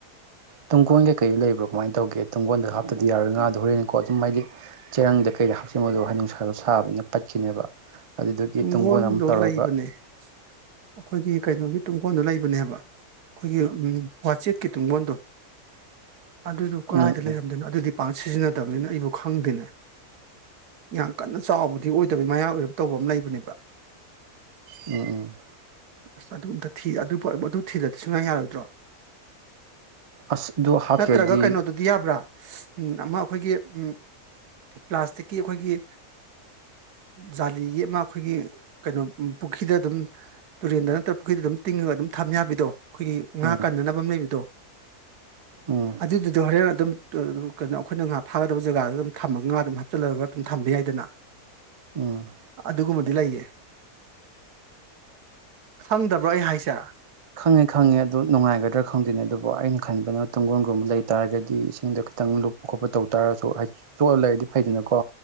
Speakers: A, on the right; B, on the right.
A: ꯇꯨꯡꯒꯣꯟ ꯀꯩꯗ ꯂꯩꯕ꯭ꯔꯣ ꯀꯃꯥꯏꯅ ꯇꯧꯒꯦ ꯇꯨꯡꯒꯣꯟꯗ ꯍꯥꯞꯇꯗꯤ ꯌꯥꯔꯣꯏ ꯉꯥꯗꯣ ꯍꯣꯔꯦꯟꯅꯤꯀꯣ ꯑꯗꯨꯝ ꯍꯥꯏꯗꯤ ꯆꯦꯔꯪꯗ ꯀꯩꯗ ꯍꯥꯥꯞꯆꯟꯕꯗꫭ ꯍꯩ ꯅꯨꯡꯁꯥꯗꯣ ꯁꯥꯕꯅꯤꯅ ꯀꯠꯈꯤꯅꯦꯕ ꯑꯗꯨꯗꯨꯒꯤ
B: ꯇꯨꯡꯒꯣꯟꯗꯣ
A: ꯇꯨꯡꯒꯣꯟ ꯑꯃ ꯇꯧꯔꯒ
B: ꯂꯩꯕꯅꯦ ꯑꯩꯈꯣꯏꯒꯤ ꯀꯩꯅꯣꯒꯤ ꯇꯨꯡꯈꯣꯟꯗꯣ ꯂꯩꯕꯅꯦꯕ ꯑꯩꯈꯣꯏꯒꯤ ꯋꯥꯆꯦꯠꯀꯤ ꯇꯨꯡꯕꯣꯟꯗꯣ
A: <unintelligible>
B: ꯑꯗꯨꯗꯨ ꯀꯗꯥꯥꯏꯗ
A: ꯎꯝ ꯎꯝ
B: ꯂꯩꯔꯝꯗꯣꯏꯣ ꯑꯗꯨꯗꯤ ꯄꯥꯛ ꯁꯤꯖꯤꯟꯅꯗꯕꯅꯤꯅ ꯑꯩꯕꯨ ꯈꯪꯗꯦꯅꯦ ꯌꯥꯝ ꯀꯟꯅ ꯆꯥꯎꯕꯗꯤ ꯑꯣꯏꯗ ꯅꯠꯇꯕꯤ ꯃꯌꯥ ꯑꯣꯏꯔꯕ ꯇꯧꯕ ꯑꯃ ꯂꯩꯕꯅꯦꯕ
A: ꯎꯝ ꯎꯝ
B: ꯑꯁ ꯑꯗꯨ ꯑꯝꯇ ꯑꯗꯨ ꯊꯤꯗꯗꯤ ꯁꯨꯡꯉꯥꯏ ꯌꯥꯔꯣꯏꯗ꯭ꯔꯣ
A: ꯑꯁ ꯑꯗꯨ ꯍꯥꯞꯇ꯭ꯔꯗꯤ
B: ꯅꯠꯇ꯭ꯔꯒ ꯀꯩꯅꯣꯗꯨꯗꯤ ꯌꯥꯕ꯭ꯔꯥ ꯎꯝ ꯑꯃ ꯑꯩꯈꯣꯏꯒꯤ ꯎꯝ ꯄ꯭ꯂꯥꯁꯇꯤꯛꯀꯤ ꯑꯩꯈꯣꯏꯒꯤ ꯖꯥꯂꯤꯒꯤ ꯑꯃ ꯑꯩꯈꯣꯏꯒꯤ ꯀꯩꯅꯣ ꯄꯨꯈ꯭ꯔꯤꯗ ꯑꯗꯨꯝ ꯇꯨꯔꯦꯟꯗ ꯅꯠꯇ꯭ꯔꯒ ꯄꯨꯈ꯭ꯔꯤꯗ ꯑꯗꯨꯝ ꯇꯤꯡꯉꯒ ꯑꯗꯨꯝ ꯊꯝ ꯌꯥꯕꯤꯗꯣ ꯑꯩꯈꯣꯏꯒꯤ ꯉꯥ
A: ꯎꯝ
B: ꯀꯟꯅꯅꯕ ꯑꯃ ꯂꯩꯕꯗꯣ
A: ꯎꯝ
B: ꯑꯗꯨꯗꯨꯗꯣ ꯍꯣꯔꯦꯟ ꯑꯗꯨꯝ ꯀꯩꯅꯣ ꯑꯩꯈꯣꯏꯅ ꯉꯥ ꯐꯥꯒꯗꯕ ꯖꯒꯥꯗꯨꯗ ꯑꯗꯨꯝ ꯊꯝꯃꯒꯥ ꯑꯗꯨꯝ ꯍꯥꯞꯆꯜꯂꯒ ꯑꯗꯨꯝ ꯊꯝꯕ ꯌꯥꯏꯗꯅ
A: ꯎꯝ
B: ꯑꯗꯨꯒꯨꯝꯕꯗꯤ ꯂꯩꯌꯦ ꯈꯪꯗꯕ꯭ꯔꯣ ꯑꯩ ꯍꯥꯏꯁꯦ
A: ꯈꯪꯉꯦ ꯈꯪꯉꯦ ꯑꯗꯨ ꯅꯨꯡꯉꯥꯏꯒꯗ꯭ꯔꯥ ꯈꯪꯗꯣꯏꯅꯦ ꯑꯗꯨꯕꯨ ꯑꯩꯅ ꯈꯟꯕꯅ ꯇꯨꯡꯒꯣꯟꯒꯨꯝꯕ ꯂꯩ ꯇꯥꯔꯒꯗꯤ ꯏꯁꯤꯡꯗꯣ ꯈꯤꯇꯪ ꯂꯨꯞ ꯈꯣꯠꯄ ꯇꯧ ꯇꯥꯔꯁꯨ ꯆꯣꯠꯂ ꯂꯩꯔꯗꯤ ꯐꯩꯗꯅꯀꯣ